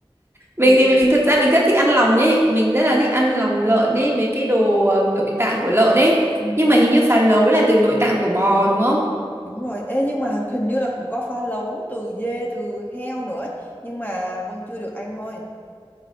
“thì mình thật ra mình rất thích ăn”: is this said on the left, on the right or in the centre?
Right